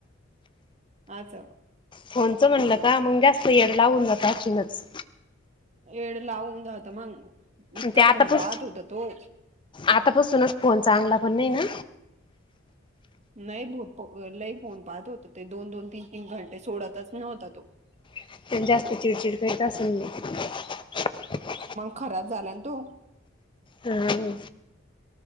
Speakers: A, on the right (about 35°); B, on the left (about 25°).
A: अस.
B: फोनचं म्हणलं का मग जास्त येड लावून जात आणखीनच.
A: एड लावून जात मग. इतका
B: ते आतापस
A: फोन पाहत होता तो
B: आतापसूनच फोन चांगला पण नाही ना.
A: नाही भत लई पोऊन पाहत होत ते दोन दोन तीन तीन घंटे सोडतच नव्हता तो.
B: <unintelligible>
A: खराच झाला तो.
B: हम.